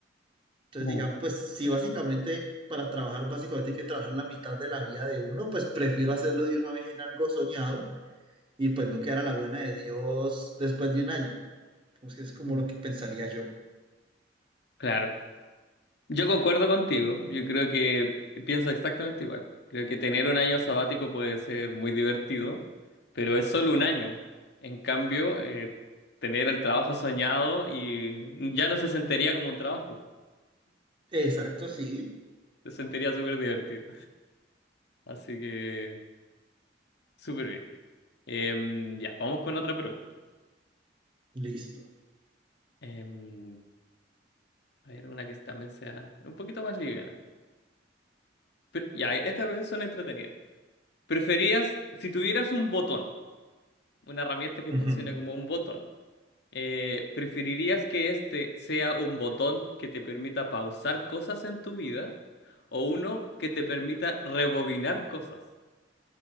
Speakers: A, on the right (about 30°); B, on the left (about 60°).
A: Entonces,
B: Mm,
A: digamos, pues si básicamente para trabajar, básicamente hay que trabajar la mitad de la vida de uno, pues prefiero hacerlo de una vez en algo soñado y pues no quedar a la buena de Dios después de un año. Entonces, es como
B: mm.
A: lo que pensaría yo.
B: Claro. Yo concuerdo contigo. Yo creo que pienso exactamente igual. Creo que tener un año sabático puede ser muy divertido, pero es solo un año. En cambio, eh, tener el trabajo soñado y ya no se sentiría como un trabajo.
A: Exacto, sí,
B: Se sentiría súper divertido. Así que, súper bien. Em, ya, vamos con otra pregunta.
A: listo.
B: Em, a ver, una que también sea un poquito más liviana. Pero, ya, estas son entretenidas. ¿Preferías, si tuvieras un botón, una herramienta que
A: Ujú.
B: funcione como un botón, eh, ¿preferirías que este sea un botón que te permita pausar cosas en tu vida o uno que te permita rebobinar cosas